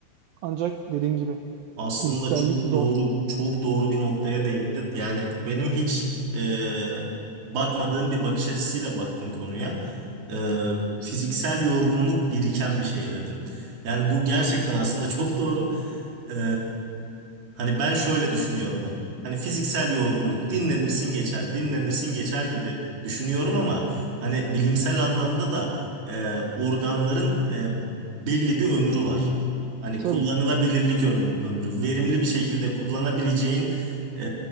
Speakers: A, on the right; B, on the right.
A: Ancak dediğim gibi
B: Aslında
A: Fiziksellik
B: çok
A: zor.
B: doğru çok doğru bir noktaya değindin. Yani benim hiç e, bakmadığım bir bakış açısıyla baktın konuya. E, fiziksel yorgunluk biriken bir şey dedin. Yani bu gerçekten aslında çok doğru. E, hani ben şöyle düşünüyorum hep. Hani fiziksel yorgunluk dinlenirsin geçer, dinlenirsin geçer gibi düşünüyorum ama hani bilimsel anlamda da e, organların e, belli bir ömrü var. Hani
A: Tabii.
B: kullanılabilirlik öm- ömrü, verimli bir şekilde kullanabileceğin e,